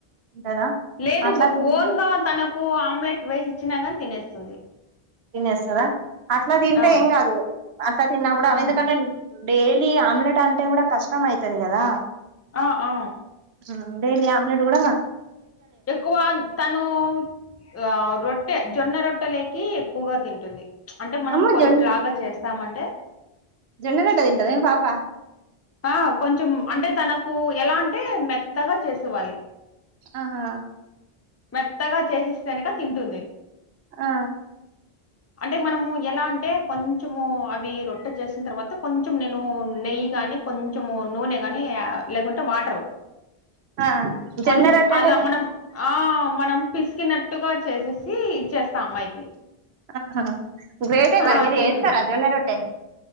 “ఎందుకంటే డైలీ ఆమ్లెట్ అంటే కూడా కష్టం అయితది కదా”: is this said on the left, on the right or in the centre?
Right